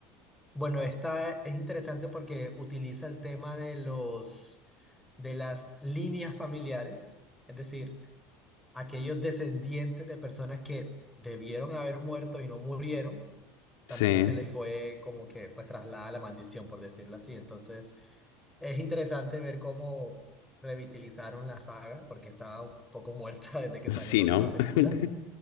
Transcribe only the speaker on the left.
Sí,
sí,
¿no?
<laughs>